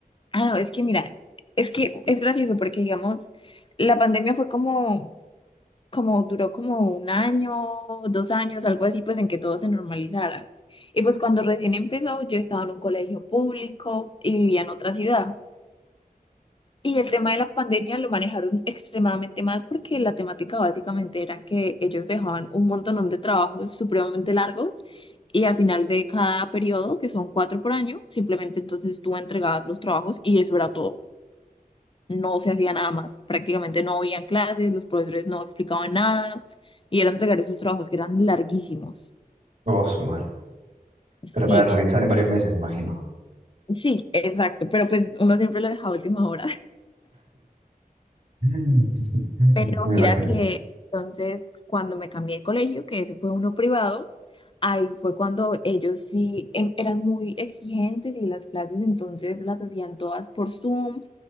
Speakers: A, on the left; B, on the right.
A: Ah, no, es que mira, es que es gracioso porque digamos, la pandemia fue como, como duró como un año, dos años, algo así, pues en que todo se normalizara. Y pues cuando recién empezó, yo estaba en un colegio público y vivía en otra ciudad. Y el tema de la pandemia lo manejaron extremadamente mal porque la temática básicamente era que ellos dejaban un montón de trabajos supremamente largos y al final de cada periodo, que son cuatro por año, simplemente entonces tú entregabas los trabajos y eso era todo. No se hacía nada más. Prácticamente no habían clases, los profesores no explicaban nada y era entregar esos trabajos que eran larguísimos.
B: Oh, su madre.
A: Sí,
B: Pero para realizar en varios meses, me imagino.
A: sí, exacto, pero pues uno siempre lo dejaba a última hora.
B: Mm. <laughs>
A: Pero
B: Me
A: mira
B: imagino.
A: que entonces cuando me cambié de colegio, que ese fue uno privado, ahí fue cuando ellos sí em- eran muy exigentes y las clases entonces las hacían todas por Zoom